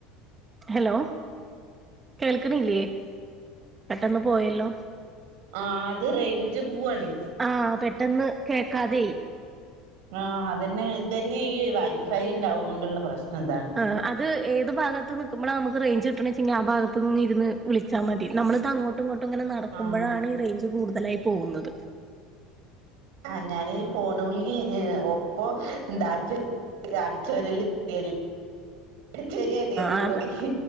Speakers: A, on the right; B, on the right.
A: ഹലോ കേൾക്ക്ണില്ലേ? പെട്ടെന്ന് പോയല്ലോ
B: ആ അത് റേഞ്ച് പൂവാണ്
A: ആഹ പെട്ടെന്ന് കേൾക്കാതെ ആയി
B: ആ അതന്നെ ഇതന്നെ ഈ വൈഫൈണ്ടാവുകൊണ്ടുള്ള പ്രശ്നം ഇതാണ്
A: ആ അത്ഏത് ഭാഗത്ത് നിക്കുമ്പളാ നമുക്ക് റേഞ്ച് കിട്ടിണച്ചെങ്കി ആ ഭാഗത്ത് നിന്ന് ഇരുന്ന് വിളിച്ചാൽ മതി. നമ്മള്ത് അങ്ങോട്ട് അങ്ങോട്ടുംങ്ങോട്ടും ഇങ്ങനെ നടക്കുമ്പോഴാണ്
B: ആഹ്
A: ഈ റേഞ്ച് കൂടുതലായി പോകുന്നത്.
B: ആ ഞാൻഈ ഫോൺവിളില് ഹ് ഒപ്പ എന്താ അടിച്ചു അടിച്ചു വാരലില്ലെനി അടിച്ചേരരുന്നു റൂമക്കെ
A: അതാ